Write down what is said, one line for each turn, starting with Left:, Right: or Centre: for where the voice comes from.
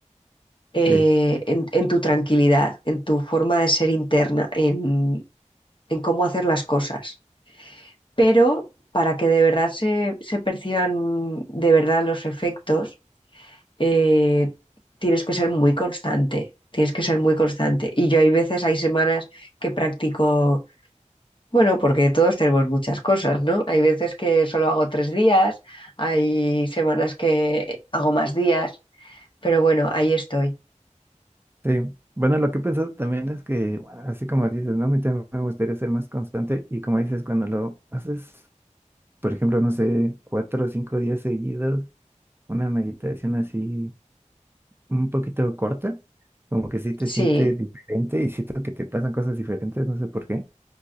Left: eh,
Right: Sí,
Left: en, en tu tranquilidad, en tu forma de ser interna, en, en cómo hacer las cosas. pero para que de verdad se, se perciban de verdad los efectos, eh, tienes que ser muy constante, tienes que ser muy constante. Y yo hay veces, hay semanas que practico, bueno, porque todos tenemos muchas cosas, ¿no? Hay veces que solo hago tres días, hay semanas que hago más días, pero bueno, ahí estoy.
Right: sí. Bueno, lo que he pensado también es que, bueno, así como dices, ¿no? A mí también me gustaría ser más constante y como dices, cuando lo haces, por ejemplo, no sé, cuatro o cinco días seguidos, una meditación así un poquito corta, como que sí te
Left: Sí,
Right: sientes diferente y siento que te pasan cosas diferentes, no sé por qué.